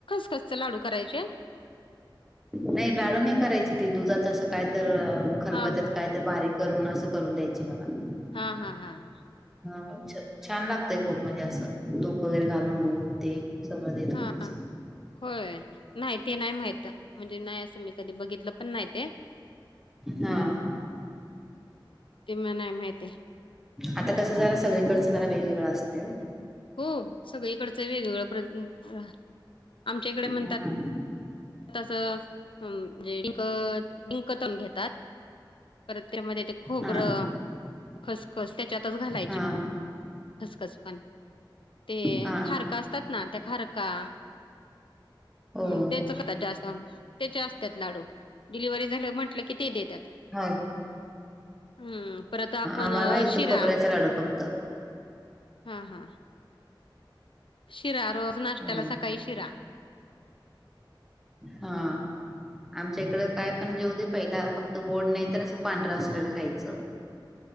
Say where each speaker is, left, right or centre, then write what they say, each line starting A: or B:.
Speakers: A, on the left; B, in the centre.
A: कच्चं लाडू करायचे?
B: नाही डाळू नाही करायची, ती दुधात असं काय तर खलबत्यात
A: हा हा
B: काय तर बारीक करून असं करून द्यायची मला त
A: हा हा हा हा.
B: ह, छा छान लागतय खूप म्हणजे असं, तूप वगैरे घालून दूध ते. तवा देत
A: हा
B: होतीच.
A: हा होय, नाही ते नाही माहित, म्हणजे नाही असं मी कधी बघितलं पण नाही ते,
B: हा
A: ते म नाय माहिती.
B: आता कसं जरा सगळीकडचं जरा वेगवेगळं असतंय ओ.
A: हो सगळीकडचं वेगवेगळं प्र, आमच्या इकडे म्हणतात
B: हा
A: तसं म्हणजे डिंक तळून घेतात परत त्यामध्ये ते खोबरं,
B: हा
A: खसखस त्याच्यातच घालायचे
B: हा
A: खसखस पण. ते
B: हा
A: खारका असतात ना, त्या खारका,
B: हो
A: हम्म
B: हो
A: ते असं, त्याचे असतात लाडू, डिलिव्हरी झाले म्हटलं की ते देतात.
B: होय
A: हम्म, परत आपण
B: आम्हाला
A: अ
B: इथं
A: शिरा
B: खोबऱ्याचा लाडू फक्त
A: हा हा शिरा रोज नाश्त्याला
B: होय
A: सकाळी शिरा.
B: हा, आमच्या इकडं काय पण देऊ दे पहिला फक्त गोड नाही तर असं पांढरं असलेलं खायचं,